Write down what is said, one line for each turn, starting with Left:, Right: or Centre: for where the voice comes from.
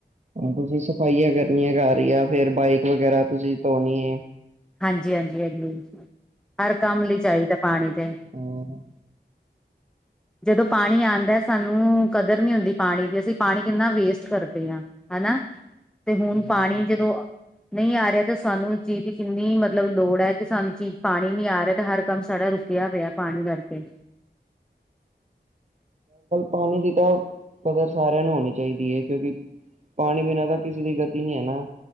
Right: ਤੁਸੀਂ ਸਫਾਈਆਂ ਕਰਨੀਆਂ ਘਰ ਈ ਆ, ਫੇਰ ਬਾਈਕ ਵਗੈਰਾ ਤੁਸੀਂ ਧੋਣੀ ਏ।
Centre: ਹਾਂਜੀ, ਹਾਂਜੀ, ਹਾਜੀ, ਹਰ ਕੰਮ ਲਈ ਚਾਹੀਦਾ ਪਾਣੀ ਤੇ।
Right: ਹੋਰ।
Centre: ਜਦੋਂ ਪਾਣੀ ਆਂਦਾ ਸਾਨੂੰ ਕਦਰ ਨਹੀਂ ਹੁੰਦੀ ਪਾਣੀ ਦੀ, ਅਸੀਂ ਪਾਣੀ ਕਿੰਨਾ ਵੇਸਟ ਕਰਦੇ ਆ। ਹਨਾ, ਤੇ ਹੁਣ ਪਾਣੀ
Right: ਜੀ ਸਹੀ
Centre: ਜਦੋਂ
Right: ਗੱਲ
Centre: ਨਹੀਂ ਆ ਰਿਹਾ ਤੇ ਸਾਨੂੰ ਚੀਜ਼ ਦੀ ਕਿੰਨੀ ਮਤਲਬ ਲੋੜ ਐ, ਕਿ ਸਾਨੂੰ ਚੀਜ਼ ਪਾਣੀ ਨੀ ਆ ਰਿਹਾ ਤੇ ਹਰ ਕੰਮ ਸਾਡਾ ਰੁਕ ਪਿਆ, ਪਿਆ ਪਾਣੀ ਕਰਕੇ
Right: ਪਾਣੀ ਦੀ ਤਾਂ ਕਦਰ ਸਾਰਿਆਂ ਨੂੰ ਹੋਣੀ ਚਾਹੀਦੀ ਐ ਕਿਉਂਕਿ ਪਾਣੀ ਬਿਨਾਂ ਤਾਂ ਕਿਸੇ ਦੀ ਗਤੀ ਨੀ ਐ ਨਾ।